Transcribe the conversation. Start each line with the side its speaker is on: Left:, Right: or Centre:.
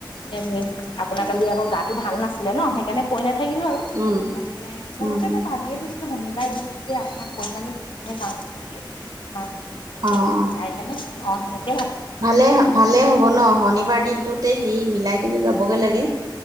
Left: এনেই আপোনাক
Right: উম
Left: কালি আকৌ গাত নাছিলে ন সেইকাৰণে কৈ নাথাকিলো আৰু
Right: উম
Left: তাৰপছতে মনতে
Right: উম উম
Left: মই ভাবিয়ে থৈছিলো ভন সলাই দিওঁটো যে আপোনাক কৈ কেনে দুজনীয়া যাওঁগৈ নেকি মা সেনেকৈ
Right: অ
Left: মে
Right: অ
Left: মিলাই কেনে আধুনিক
Right: ভালে, ভালে হ'ব ন শনিবাৰ দিনটোতে সেই মিলাই কেনে যাবগে লাগে